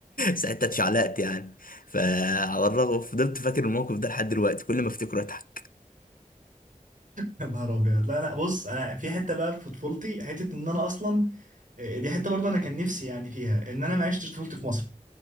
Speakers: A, on the left (about 80°); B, on the right (about 65°).
A: ساعتها اتشعلقت يعني فعلى الرغم فضلت فاكر الموقف ده لحد دلوقتي كل ما افتكره اضحك
B: <laughs> يا نهار ابيض لا لا بص انا في حته بقى في طفولتي حته ان انا اصلا آه، دي حته برضه انا كان نفسي يعني فيها ان انا ما عشتش طفولتي في مصر